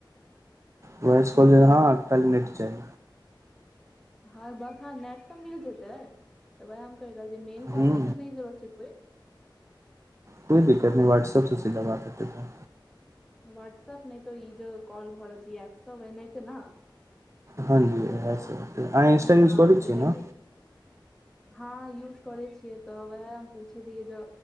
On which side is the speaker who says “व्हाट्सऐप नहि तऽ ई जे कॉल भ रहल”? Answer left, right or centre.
Centre